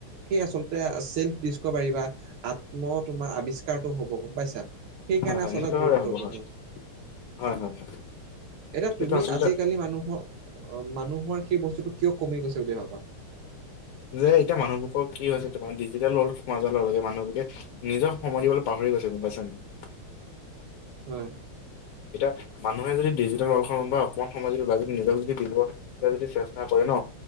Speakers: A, on the right (about 75°); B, on the left (about 80°).
A: কি আছিল যে চেল্ফ ডিচকভাৰী পাৰিবা আত্ম তোমাৰ আৱিষ্কাৰটো হ'ব গম পাইছা সেই কাৰণে
B: হয় হয়
A: আচলতে
B: নিশ্চিতভাৱে
A: গুৰুত্বপূৰ্ণ
B: হ'ব হয় হয় হয় হয়
A: এতিয়া
B: এইটো
A: তুমি
B: আচলতে
A: আজিকালি মানুহৰ অ মানুহৰ সেই বস্তুটো কিয় কমি গৈছে বুলি ভাবা
B: যে এতিয়া মানুহবোৰৰ কি হৈছে তোমাৰ ডিজিটেল <unintelligible> নিজক সময় দিবলে পাহৰি গৈছে গম পাইছা নাই
A: হয়
B: এতিয়া মানুহে যদি ডিজিটেল ৱৰ্লডখনৰ পৰা অকণমান সময় যদি বা যদি নিজক যদি দিব এতিয়া যদি চেষ্টা কৰে ন